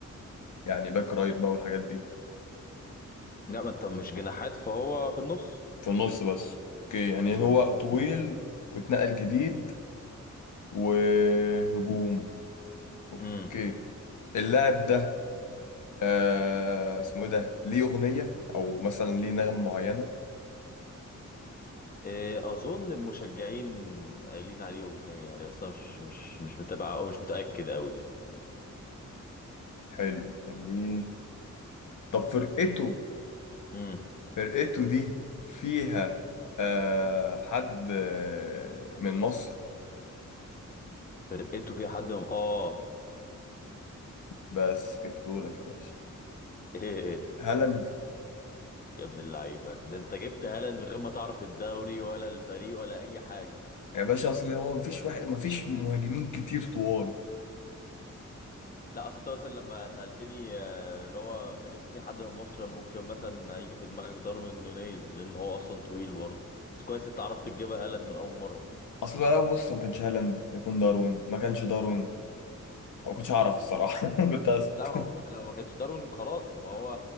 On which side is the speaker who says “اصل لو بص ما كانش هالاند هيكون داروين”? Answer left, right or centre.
Left